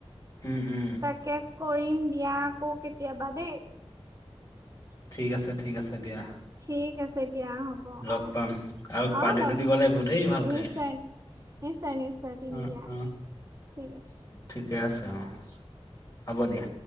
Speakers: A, on the left; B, on the right.
A: উম, উম,
B: তাকে কৰিম দিয়া আকৌ কেতিয়াবা দেই
A: ঠিক আছে, ঠিক আছে দিয়া
B: ঠিক আছে, দিয়া হ'ব
A: লগ
B: অ',
A: পাম আৰু পাৰ্টিটো
B: অ', লগ
A: দিব
B: পাম
A: লাগিব দেই ভালকে।
B: নিশ্চয় নিশ্চয়, নিশ্চয় দিম
A: অ',
B: দিয়া
A: অ',
B: ঠিক আছে।
A: ঠিকে আছে অ', হ'ব দিয়া